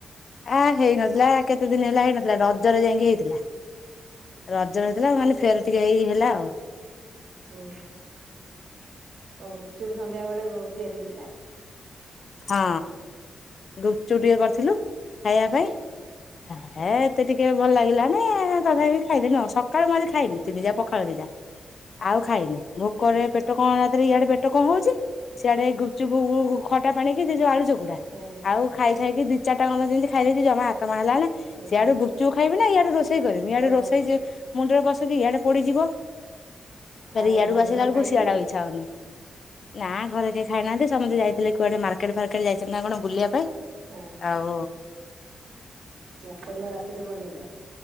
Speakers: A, on the left (about 60°); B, on the right (about 75°).
A: ଆ ହେଇନଥିଲା କେତେ ଦିନ ହେଲା ହେଇନଥିଲା, ରଜରେ ଯାଇଁକି ହେଇଥିଲା। ରଜରେ ହେଇଥିଲା ମାନେ ଫେରେ ଟିକେ ଏଇ ହେଲା ଆଉ।
B: ହୁଁ ଆଉ ଗୁପଚୁପ୍ ସନ୍ଧ୍ୟାବେଳେ ତିଆରି ହେଇଥିଲା?
A: ହଁ ଗୁପଚୁପ୍ ଟିକେ କରିଥିଲୁ ଖାଇଆ ପାଇଁ। ହେ
B: ହଁ
A: ଏତେ ଟିକେ ଭଲ ଲାଗିଲାନି ତଥାପି ଖାଇଦେନୁ ଆଉ, ସକାଳୁ ମୁଁ ଆଜି ଖାଇନି ତିନି ଜା
B: ହଁ
A: ପଖାଳ ଦିଟା। ଆଉ ଖାଇନି ଭୋକରେ
B: ଓହୋ।
A: ପେଟ କଣରେ ଇଆଡେ ପେଟ କଣ ହଉଚି, ସିଆଡେ ଗୁପଚୁପୁ ଖ ଟା ପାଣିକି ସେ ଯୋଉ ଆଳୁ ଚକୁଟା
B: ହଁ
A: ଆଉ ଖାଇ ଖାଇକି ଦି ଚାରଟା ଯେମିତି ଖାଇ ଦେଇଚି ଜମା ଆତମା ହେଲାନି। ସିଆଡୁ
B: ଓହୋ
A: ଗୁପଚୁପ୍ ଖାଇବି ନା ଇଆଡୁ ରୋଷେଇ କରିବି, ଇଆଡୁ
B: ଓ
A: ରୋଷେଇ ମୁଣ୍ଡରେ ପସିଚି ଇଆଡେ ପୋଡ଼ିଯିବ। ଫେରେ
B: ଆଉ
A: ଇଆଡୁକୁ
B: ଘରେ
A: ଆସିଲା
B: ସବୁ
A: ବେଳୁକୁ
B: ଖାଇଲେ
A: ସିଆଡେ
B: ନା
A: ଆଉ ଇଚ୍ଛା ହଉନି। ନା ଘରେ କେହି ଖାଇନାହାନ୍ତି, ସମତେ ଯାଇଥିଲେ କୁଆଡେ ମାର୍କେଟ ଫାର୍କେଟ ଯାଇଚନ୍ତି ନା କଣ ବୁଲିବା ପାଇଁ।
B: ହଁ
A: ଆଉ
B: ମଟନ୍ ଟା ରାତିରେ ବନେଇଚ?